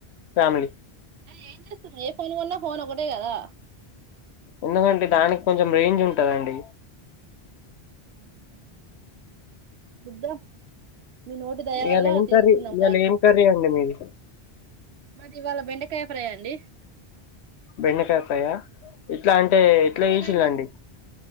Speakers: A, on the left; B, on the right.
A: ఫ్యామిలీ.
B: అరే ఏంచేస్తాం. ఏ ఫోన్ కొన్నా ఫోన్ ఒకటే కదా.
A: ఎందుకంటే దానికి కొంచెం రేంజ్ ఉంటదండి.
B: అవునా అండి చూద్దాం. మీ నోటి దయ
A: ఇయలా
B: వల్ల
A: ఏం
B: తీసుకుందాం
A: కర్రీ, ఇయలా ఏం కర్రీ అండి మీది?
B: మాది ఇవాళ బెండకాయ ఫ్రై అండి.
A: బెండకాయ ఫ్రై ఆ ఎట్లా అంటే ఎట్లా
B: మీదండి
A: చేశిలండి.